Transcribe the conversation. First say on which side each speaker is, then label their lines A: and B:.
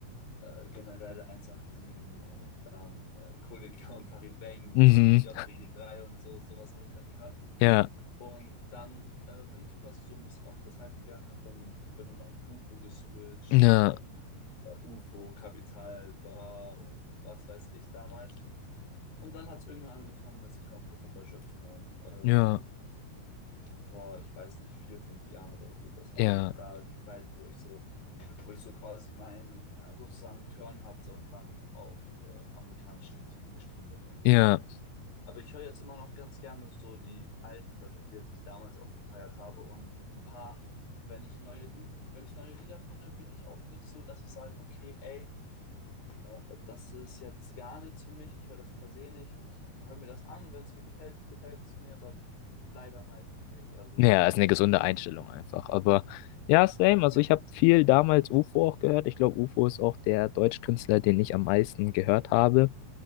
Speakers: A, on the left; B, on the left.
A: äh, generell 187 und dann äh, Kollega und Farid Bang mit
B: mhm,
A: diesen JBG3 und so, sowas habe ich dann gehört.
B: ja,
A: Und dann äh, bin ich quasi so ein bisschen auch mit der Zeit gegangen, hab dann, bin dann auf UFO geswitcht
B: ja,
A: und äh, UFO, Capital, Bra und was weiß ich damals. Und dann hat es irgendwann angefangen, dass ich aufgehört habe, bei Schöpf zu hören. Ähm,
B: ja,
A: vor, ich weiß nicht, vier, fünf Jahren oder so. Das
B: ja,
A: war so da die Zeit, wo ich so, wo ich so quasi meinen ja, sozusagen Turn hatte und dann auf äh, amerikanische Musik umgestiegen bin irgendwie.
B: ja.
A: Aber ich höre jetzt immer noch ganz gerne so die alten Deutschrap-Lieder, die ich damals auch gefeiert habe. Und ein paar, wenn ich neue, Lü- wenn ich neue Lieder finde, bin ich auch nicht so, dass ich sage, okay, ey, äh, das ist jetzt gar nichts für mich. Ich höre das per se nicht. Ich höre mir das an und wenn es mir gefällt, gefällt es mir, aber leider meistens nicht. Also,
B: Ja, ist eine gesunde Einstellung einfach. Aber ja, same. Also
A: ja,
B: ich habe viel damals UFO auch gehört. Ich glaube, UFO ist auch der Deutschkünstler, den ich am meisten gehört habe.